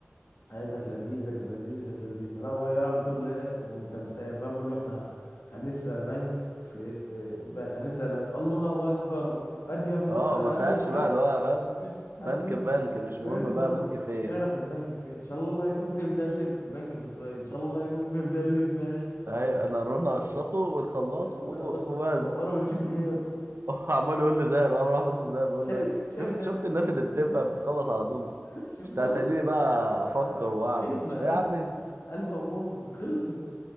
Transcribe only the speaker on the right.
اه
ما سالش
بقى اللي هو فاهم
بنك
بنك
مش
مهم بقى بنك فين
ايوه انا رونا قشطه ونخلصه و-
وبس
<laughs> عمال يقول لي زي بقى راح بس زي بيقول
له ايه
شفت
شفت الناس اللي بتفهم بتخلص على طول
مش تتنيني
بقى افكر
واعمل
ايه يا
عم انت